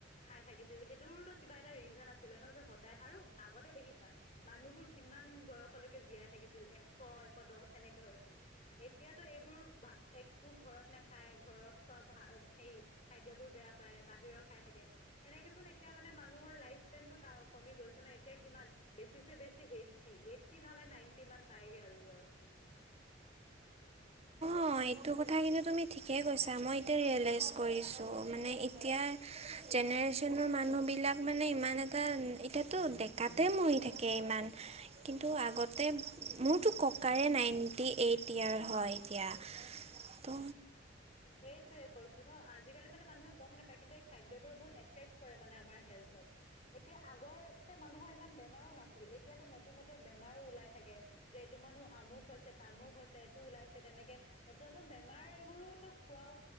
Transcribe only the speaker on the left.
খাই থাকিছিল সেইটোৰতো কিবা এটা ৰিজন আছিলে ন যে সদায় আৰু আগতে দেখিছা মানুহবোৰ কিমান বয়সলৈকে জীয়াই থাকিছিল, এশ এশ দহ সেনেকে হৈছিল। এতিয়াতো এইবোৰ বা একো ঘৰত নাখায় ঘৰৰ খোৱা ভ সেই খাদ্যবোৰ বেয়া পায় বাহিৰৰ খাই থাকে। এনেকেচোন এতিয়া মানে মানুহৰ লাইফ স্পেনটো কমি গৈছে ন, এতিয়া কিমান বেছিছে বেছি এইটি, এইটি নহ'লে নাইনটি মান পাইগে আৰু বয়সটো।
সেইটোৱে কৈছোঁ ন আজি আজিকালি মানে মানুহে গম নাপায়, কিন্তু এই খাদ্যবোৰ বহুত এফেক্ কৰে মানে আমাৰ হেল্থক। এতিয়া আগৰতে মানুহৰ ইমান বেমাৰো নাছিল, এতিয়াতো নতুন-নতুন বেমাৰো ওলাই থাকে। যে এইটো মানুহ আমুক হৈছে তামুক হৈছে এইটো ওলাইছে তেনেকে নতুন-নতুন বেমাৰ এইবোৰোতো খোৱাও